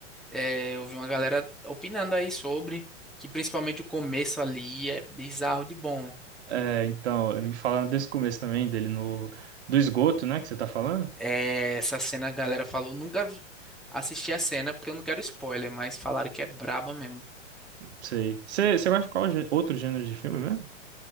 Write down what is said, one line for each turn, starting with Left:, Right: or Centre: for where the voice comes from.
Centre: É, eu vi uma galera opinando aí sobre que principalmente o começo ali é bizarro de bom.
Right: É, então, me falaram desse começo também, dele no... Do esgoto, né, que você tá falando?
Centre: É, essa cena a galera falou, nunca vi- assisti a cena porque eu não quero spoiler, mas falaram que é braba mesmo.
Right: Sei. Você, você gosta de qual gê- outro gênero de filme mesmo?